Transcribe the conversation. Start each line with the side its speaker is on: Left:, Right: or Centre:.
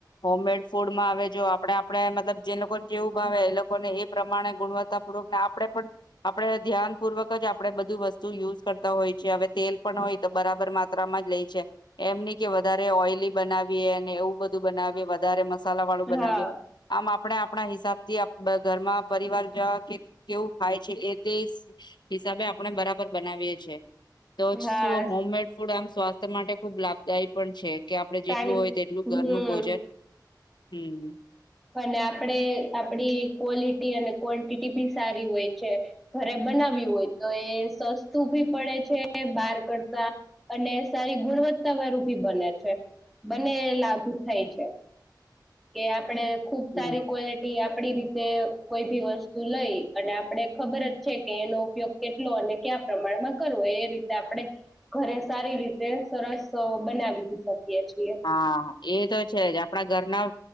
Left: હોમમેડ ફૂડમાં આવે જો આપણે આપણે મતલબ જે લોકોને જેવું ભાવે એ લોકોને એ પ્રમાણે ગુણવત્તાપૂર્વક ને આપણે પણ આપણે ધ્યાનપૂર્વક જ આપણે બધું વસ્તુ યુઝ કરતા હોય છે હવે તેલ પણ હોય તો બરાબર માત્રામાં જ લે છે એમની કે વધા રે ઓઇલી બનાવીએ અને એવું બધું બનાવીએ વધારે મ મસાલા વાળું બનાવીએ
Centre: હા
Left: આમ આપડે આ આપણા હિસાબથી આ ઘરમાં પરિવાર જવા કે કેવું ખાય છે એ તે હિસાબે આપણે બરાબર બનાવીએ છે. તો શું
Centre: હા
Left: હોમમેડ ફૂડ આમ સ્વા માટે ખુબ લાભદાયી પણ છે. કે આપડે જેટલું
Centre: તાણી
Left: હોય તેટલું
Centre: હમ
Left: ઘરનું ભોજન હમ
Centre: અને આપણે આપડી ક્વોલિટી અને ક્વન્ટિટી ભી સારી હોય છે ઘરે બનાવ્યું હોય તો એ સસ્તું ભી પડે છે બહાર કરતા અને સારી ગુણવત્તા વાળું ભી બને છે બને લાગુ થાય છે. કે આપડે ખુબ
Left: હમ
Centre: સારી ક્વોલિટી આપ આપડી રીતે કોઈ ભી વસ્તુ લઈ અને આપણે ખબર જ છે કે એનો ઉપયોગ કેટલો અને કયા પ્રમાણમાં કરવો એ રીતે આપણે ઘરે સારી રીતે સરસ બનાવી શકીએ. છીએ
Left: હા એ તો છે જ આપણા ઘરના